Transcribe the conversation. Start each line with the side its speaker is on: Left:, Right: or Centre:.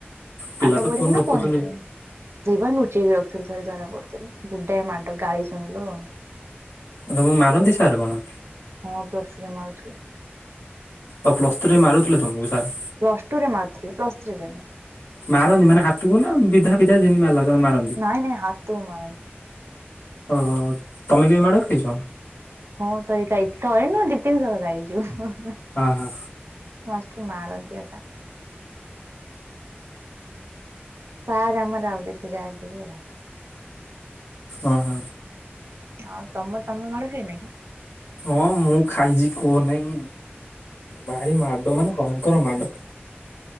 Left: ପିଲା
Right: ପାଠ
Left: ତ
Right: ପଢ଼ିବୁ ନା
Left: ରଖୁଛନ୍ତି
Right: ଫୋନ ଧ ସେଇପା ନୁଚେଇକି ରଖିଥିଲୁ ଥରେ ଧରା ପଡ଼ିଥିଲୁ ଗୁଡ଼ାଏ ମାଡ଼ ଗାଳି ଶୁଣିଲୁ ଆଉ।
Left: ତମକୁ ମାରନ୍ତି ସାର୍ କଣ?
Right: ହଁ ପ୍ଲସ ଟୁ ରେ ମାରୁଥିଲେ।
Left: ଓ ପ୍ଲସ୍ ଥ୍ରୀରେ ମାରୁଥିଲେ ତମକୁ ସାର୍।
Right: ପ୍ଲସ୍ ଟୁରେ ମାରୁଥିଲେ ପ୍ଲସ ଥ୍ରି ରେ ନୁଏ।
Left: ମାରନ୍ତି ମାନେ ହାତକୁ ନା ବିଧା ଫିଧା ଯେମିତି ମାରିଲା ସ ମାରନ୍ତି।
Right: ନାଇଁ ନାଇଁ ହାତକୁ ମାରନ୍ତି।
Left: ଓହୋ ତମେ କେବେ ମାଡ଼ ଖାଇଛ?
Right: ହଁ ଥରେ ଖାଇଛି ଥରେ ନୁହଁ ଦି ତିିନିଥର ଖାଇଛୁ
Left: ଅଁ ହଁ
Right: ମାଷ୍ଟର ମାରନ୍ତି ଆ ସା ସାର୍ ଆମର ଆଉ ଯେତେ ଯାହା ହାଲେବି ଆଉ।
Left: ଅଁ ହଁ
Right: ଆଉ ତମ ତମେ ମାଡ ଖାଇନାକି
Left: ହଁ ମୁଁ ଖାଇଛି କୁହ ନାହିଁ ଭାରି ମାଡ ମାନେ ଭୟଙ୍କର ମାଡ।